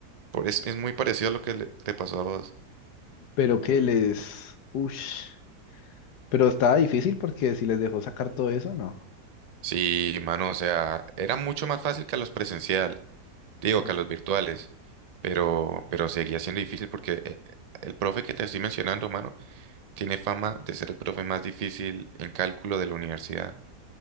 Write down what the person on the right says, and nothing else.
Por, es, es muy parecido a lo que le- te pasó a vos.
Sí, mano, o sea, era mucho más fácil que a los presencial, digo,
que a los virtuales, pero, pero seguía siendo difícil porque eh, eh, el profe que te estoy mencionando, mano, tiene fama de ser el profe más difícil en cálculo de la universidad.